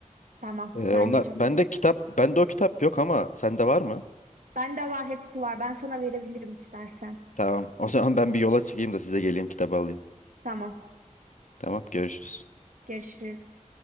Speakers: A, on the right; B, on the left.
A: Tamam,
B: Ee,
A: kendine
B: onlar
A: çok
B: bende
A: iyi bak.
B: kitap bende o kitap yok ama sende var mı?
A: Bende var, hepsi var. Ben sana verebilirim istersen.
B: Tamam. O zaman ben bir yola çıkayım da size geleyim kitabı alayım.
A: Tamam,
B: Tamam görüşürüz.
A: görüşürüz.